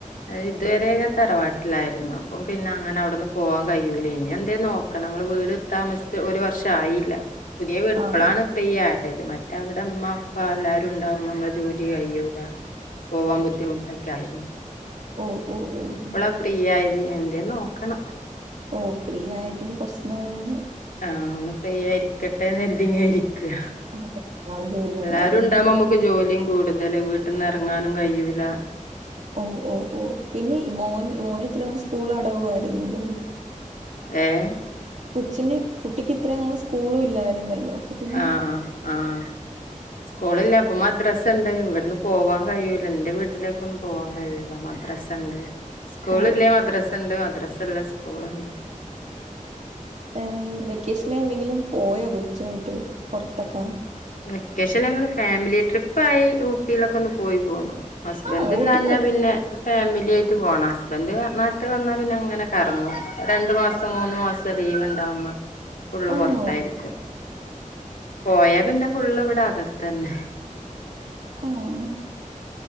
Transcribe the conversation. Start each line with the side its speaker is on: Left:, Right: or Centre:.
Left: അത് ഇതുവരെ ഞാൻ തറവാട്ടിലായിരുന്നു അപ്പം പിന്നെ അങ്ങനെ അവിടുന്ന് പോവാൻ കയ്യൂലേനു എന്തേലും നോക്ക ക്കണം ഞങ്ങള് വീട് താമസിച്ച് ഒരു വർഷം ആയില്ല പുതിയ വീട്
Right: ആഹ്
Left: ഇപ്പളാണ് ഫ്രീയായത് മറ്റെ അവിടെ ഇമ്മ ഉപ്പ എല്ലാരും ഉണ്ടാവുമ്പൊ ഇമ്മളെ ജോലി കഴിയൂല പോവാം ബുദ്ധിമുട്ടെക്കെ ആയിരുന്നു
Right: ഓഹ് ഓഹ് ഓഹ്
Left: ഇപ്പളാ
Right: ഓഹ്
Left: ഫ്രീയായത് എന്തേലും നോക്കണം
Right: ഓഹ് ഫ്രീയായിട്ട് ഇനി കൊർച്ച് നാളാെന്നു
Left: ആഹ് ഒന്ന് ഫ്രീയായി ഇരിക്കട്ടെ എന്ന് കെര്തി ഇങ്ങനെ ഇരിക്കാ
Right: ആഹ് നാളെ ജോലി
Left: എല്ലാരും
Right: ഉണ്ടായിരുന്നു.
Left: ഇണ്ടാവുമ്പൊ നമു <unintelligible> ജോലിം കൂട്തല് വീട്ട്ന്ന് എറങ്ങാനും കയ്യൂല
Right: ഓഹ് ഓഹ് ഓഹ് പിന്നെ ഇ മോൻ ഇ മോന് ഇത്രിം നാളും സ്കൂൾ അടവായിരുന്നുല്ലോ അല്ലെ
Left: ഏഹ്
Right: കൊച്ചിന് കുട്ടിക്ക് ഇത്രയും നാള് സ്കൂളും ഇല്ലായിരുന്നല്ലോ അപ്പൊ പിന്നെ
Left: ആഹ് ആഹ് ആഹ് സ്കൂളില്ല അപ്പൊ മദ്രാസ ഇണ്ട് ഇവെട്ന്ന് പോവാൻ കഴിയൂല ഇന്റെ വീട്ടിലേക്കൊന്നും പോവാൻ കഴിയൂല മദ്രാസ ഇണ്ട് സ്കൂള്
Right: ഓഹ്
Left: ഇല്ലേ മദ്രസണ്ട് മദ്രസഇല്ലേ സ്കൂള് ഇണ്ട്
Right: ഏ വെക്കേഷന് എവിടെയെങ്കിലും പോയോ കൊച്ചുവായിട്ട് പൊർത്തക്കാ
Left: വെക്കേഷൻല് ഞങ്ങള് ഫാമിലി ട്രിപ്പായി ഊട്ടിയിലൊക്കെ ഒന്ന് പോയി പോന്നു ഹസ്ബെൻ്റില്ലാഞ്ഞാ
Right: ആഹ് ഊട്ടിക്ക് പോ
Left: പിന്നെ ഫാമിലിയായിട്ട് പോണം. ഹസ്ബന്റ് വ നാട്ട് വന്നാ പിന്നെ അങ്ങനെ കറങ്ങും. രണ്ടു മാസം മൂന്നു മാസ സ ലീവ്ണ്ടാവ്മ്മ ഫുള്ള് പൊറ്ത്തായിരിക്കും.
Right: ആണോ
Left: പോയാ പിന്നെ ഫുള്ള് ഇവിടകത്തന്നെ.
Right: ആഹ്